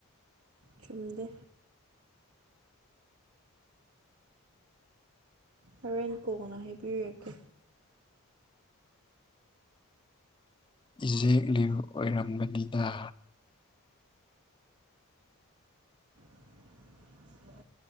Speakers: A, on the right (about 80°); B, on the left (about 20°).
A: ꯆꯨꯝꯗ ꯍꯣꯔꯦꯟ ꯀꯣꯅ ꯍꯥꯏꯕꯤꯔꯛꯀꯦ
B: ꯏꯖꯦꯛ ꯂꯤꯌꯨ ꯑꯣꯏꯔꯝꯕꯅꯤꯅ
A: <unintelligible>